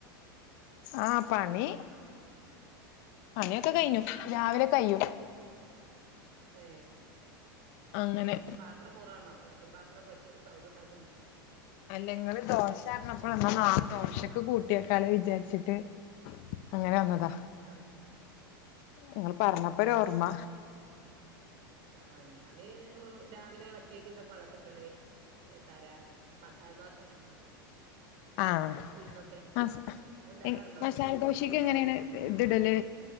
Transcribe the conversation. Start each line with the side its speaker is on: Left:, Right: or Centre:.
Left: ആഹ് പണി പണിയൊക്കെ കഴിഞ്ഞു രാവിലെ കൈയ്യും
Right: ഏ
Left: അങ്ങനെ
Right: എന്താ പാത്രം മുറണോ ചട്ടി പാത്രം കൊച്ച സൗണ്ട് ഉണ്ടാക്കി
Left: അല്ലെങ്ങള് ദോശ ആരഞ്ഞപ്പോഴ എന്ന നാല്ത്തോഷക്ക് കൂട്ടിയേക്കാല വിചാരിച്ചിട്ട് അങ്ങനെ വന്നതാ
Right: ആഹ്
Left: നിങ്ങൾ
Right: ഏഹ്
Left: പറഞ്ഞപ്പോ ഒരു ഓർമ്മ
Right: ആ ഞാന് രാവിലെ വച്ചേരിന്തൊക്കെ കൊള്ളത്തിട്ടാണ് തരാ മസാലദോശ ഉണ്ടാക്കാം
Left: ആഹ
Right: ഉഴുന്നൊക്കെ
Left: ആ
Right: ഉം അത് ഇണ്ടാക്കാറുണ്ടോ
Left: എ മസാലദോശക്ക്
Right: മസാല ദോശ
Left: എങ്ങനെയാണ് ഇത് ഇടല്